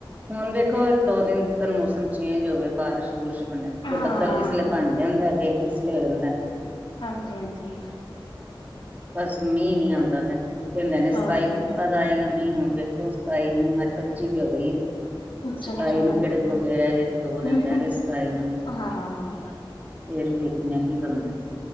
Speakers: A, on the right; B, on the left.
A: ਹੁਣ ਵੇਖੋ ਇਕ-ਦੋ ਦਿਨ ਨ ਮੌਸਮ ਚੇਂਜ ਹੋਵੇ ਬਾਰਿਸ਼ ਬੁਰਿਸ਼ ਬਣਿਆ
B: ਹਾਂ,
A: ਬੱਦਲ ਕਿਸੇਲੇ ਬਣ ਜਾਂਦੈ ਫੇਰ ਕਿਸੇਲੇ ਰੋ ਜਾਂਦੈ।
B: ਹਾਂਜੀ-ਹਾਂਜੀ।
A: ਬਸ ਮੀਂਹ ਨੀ ਆਂਦਾ ਪਯਾ। ਕੈਹੰਦੇ ਨੇ ਸਤਾਈ
B: ਹਾਂ,
A: ਤੋਂ ਬਾਦ ਆਏਗਾ ਮੀਂ, ਹੁਣ ਵੇਖੋ ਸਤਾਈ ਅੱਜ ਪੱਚੀ ਵੀ ਹੋ ਗਈ ਏ।
B: ਅੱਛਾ-ਅੱਛਾ।
A: ਸਤਾਈ ਨੂੰ ਕੇਹੜੇ ਗੋਡੇ ਰੈਹ ਗਏ ਨੇ ਦੋ ਦਿਨ
B: ਹੂੰ,
A: ਰੈਹ ਗਏ ਸਤਾਈ ਨੂੰ।
B: ਹਾਂ,
A: ਫੇਰ ਵੇਖਣੇ ਆ ਕੀ ਬਨਦੈ।